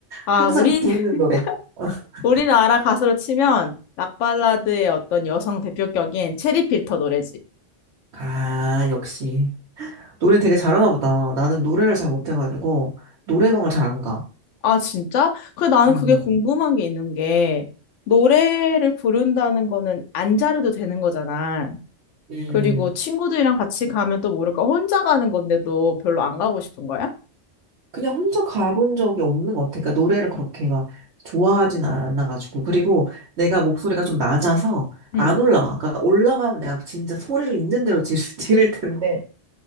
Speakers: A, on the left (about 80°); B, on the right (about 65°).
A: 아,
B: 항상
A: 우리,
B: 부르는
A: <laughs>
B: 노래. <laughs>
A: 우리나라 가수로 치면 락발라드의 어떤 여성 대표격인 체리 필터 노래지.
B: 아, 역시. 노래 되게 잘하나 보다. 나는 노래를 잘 못해가지고 노래방을 잘 안 가.
A: 아, 진짜? 그 나는
B: 음,
A: 그게 궁금한 게 있는 게, 노래를 부른다는 거는 안 잘해도 되는 거잖아.
B: 음.
A: 그리고 친구들이랑 같이 가면 또 모를까 혼자 가는 건데도 별로 안 가고 싶은 거야?
B: 그냥 혼자 가본 적이 없는 것 같아. 그러니까 노래를 그렇게 막 좋아하진 않아가지고. 그리고 내가 목소리가 좀 낮아서 안
A: 응.
B: 올라가. 그러니까 올라가면 내가 진짜 소리를 있는 대로 지- <laughs> 지를 텐데